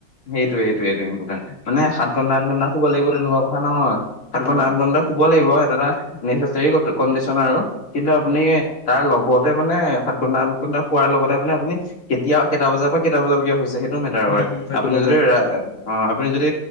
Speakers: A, on the left; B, on the left.
A: সেইটোৱে সেইটোৱে ইম্পৰ্টেণ্ট মানে সাত ঘন্টা আঠ ঘণ্টা শুব লাগিব তেনেকুৱা কথা নহয় সাত
B: হয়
A: ঘণ্টা
B: হয়
A: আঠণ্টা। শুব লাগিব সেইটো এটা নেচা কমিচনাৰ আৰু কিন্তু আপুনি।
B: হয়
A: তাৰ লগতে মানে সাত ঘণ্টা আঠ ঘণ্টা শুৱাৰ লগতে মানে আপুনি। কেতিয়া কেইটা বজাৰ পৰা কেইটা বজালৈকে হৈছে সেইটো মেটাৰ
B: উম
A: কৰে
B: উম, সেইটো
A: আপুনি
B: মেটাৰ
A: যদি
B: কৰে
A: আ।
B: হয়
A: অ আপুনি যদি